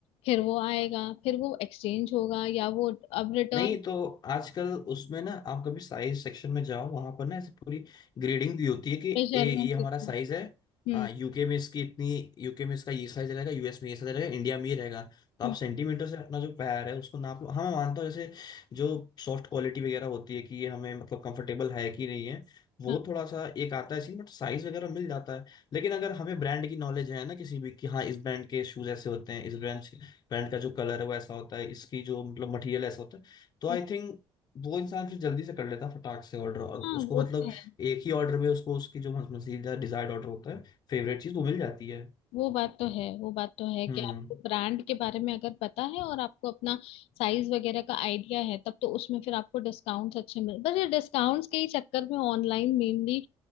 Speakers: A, on the left; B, on the left.
A: फिर वो आएगा फिर वो एक्सचेंज होगा या वो अब रिटर्न
B: नहीं तो आजकल उसमें ना आप कभी साइज सेक्शन में जाओ वहां पर ना ऐसी पूरी ग्रेडिंग दी होती है कि
A: मेजरमेंट
B: ए ये हमारा साइज है
A: हम्म
B: हाँ यूके में इसकी इतनी यूके में इसका ये साइज रहेगा यूएस में ये साइज रहेगा इंडिया में ये रहेगा तो
A: हम्म
B: आप सेंटीमीटर से अपना जो पैर है उसको नाप लो हाँ मैं मानता हूँ जैसे जो सॉफ्ट क्वालिटी वगैरह होती है कि ये हमें मतलब कंफर्टेबल है कि नहीं है वो
A: हाँ
B: थोड़ा सा एक आता है सीन बट साइज वगैरह मिल जाता है लेकिन अगर हमें ब्रांड की नॉलेज है ना किसी भी कि हाँ इस ब्रांड के शूज ऐसे होते हैं इस ब्रांड ब्रांड का जो कलर है वो ऐसा होता है इसकी जो मतलब मटेरियल ऐसा होता है तो
A: हम्म,
B: आई थिंक वो इंसान फिर जल्दी से कर लेता फटाक से ऑर्डर और
A: हाँ,
B: उसको
A: वो
B: मतलब
A: तो है
B: एक ही ऑर्डर में उसको उसकी जो मजीदा डिजायर्ड ऑर्डर होता है फेवरेट चीज वो मिल जाती है
A: वो बात तो है वो बात तो है कि
B: हम्म
A: आपको ब्रांड के बारे में अगर पता है और आपको अपना साइज वगैरह का आइडिया है तब तो उसमें फिर आपको डिस्काउंट्स अच्छे मिल बस ये डिस्काउंट्स के ही चक्कर में ऑनलाइन मेनली